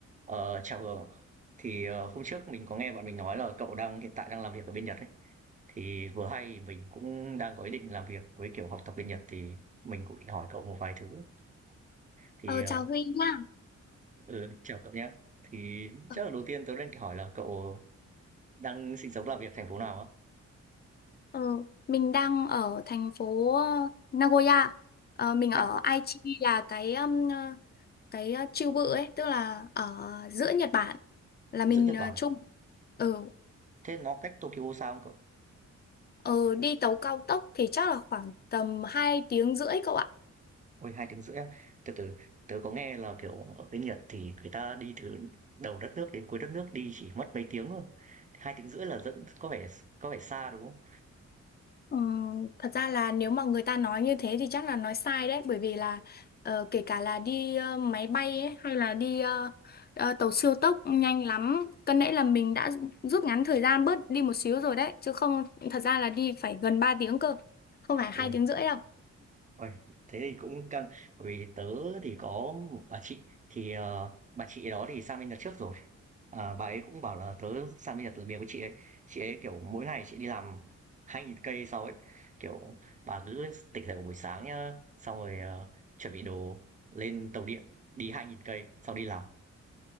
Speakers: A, on the right; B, on the left.
A: Ờ, chào Hường ạ. Thì ờ, hôm trước mình có nghe bạn mình nói là cậu đang hiện tại đang làm việc ở bên Nhật ấy. Thì vừa hay mình cũng đang có ý định làm việc với kiểu học tập bên Nhật thì mình cũng định hỏi cậu một vài thứ. Thì
B: Ờ,
A: ờ,
B: chào Huy nhá.
A: ừ, chào cậu nhé. Thì
B: Ờ,
A: chắc là đầu tiên tớ đang hỏi là cậu đang sinh sống làm việc thành phố nào á?
B: ờ, mình đang ở thành phố ờ, Nagoya. Ờ, mình
A: Nào
B: ở
A: có
B: Aichi là cái um, ờ, cái ờ, chiêu bự ấy, tức là ở giữa Nhật Bản. Là
A: giữa
B: mình
A: Nhật
B: ờ,
A: Bản.
B: chung. Ờ,
A: Thế nó cách Tokyo xa không cậu?
B: ờ, đi tàu cao tốc thì chắc là khoảng tầm 2 tiếng rưỡi cậu ạ.
A: Ôi, 2 tiếng rưỡi á? Từ từ, tớ có nghe là, kiểu, ở bên Nhật thì người ta đi từ đầu đất nước đến cuối đất nước đi chỉ mất mấy tiếng thôi. hai tiếng rưỡi là dẫn có vẻ có vẻ xa, đúng không?
B: Ừ, thật ra là nếu mà người ta nói như thế thì chắc là nói sai đấy bởi vì là ờ, kể cả là đi ờ, máy bay ấy, hay là đi ờ, ờ, tàu siêu tốc nhanh lắm cân nãy là mình đã rút ngắn thời gian bớt đi một xíu rồi đấy chứ không thật ra là đi phải gần 3 tiếng cơ không phải hai
A: Uầy,
B: tiếng rưỡi đâu
A: uầy, thế thì cũng căng. Bởi vì tớ thì có một bà chị, thì, ờ, bà chị đó thì sang bên Nhật trước rồi. Ờ, bà ấy cũng bảo là tớ sang bên Nhật làm việc với chị ấy chị ấy kiểu mỗi ngày chị đi làm 2.000 cây sau ấy kiểu bà cứ tỉnh dậy vào buổi sáng nhá xong rồi ờ, chuẩn bị đồ lên tàu điện đi 2.000 cây xong đi làm